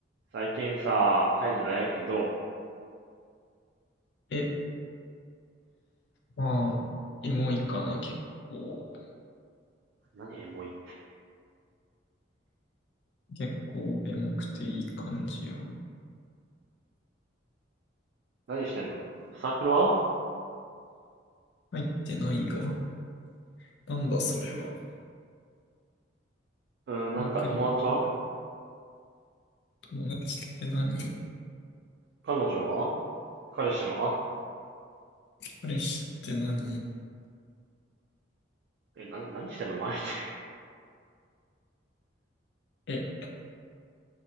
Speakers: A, on the right; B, on the left.
A: 最近さ、タイじゃ大学どう
B: え、まあ、エモいかな、結構。
A: 何エモい
B: 結構エモくていい感じよ。
A: 何してんのサークルは
B: 入ってないが。なんだそれは。
A: うーん、なんか友達は
B: ワークレって何友達って何
A: 彼女は彼氏は
B: 彼氏って何
A: え、な、何してんの毎日。
B: え、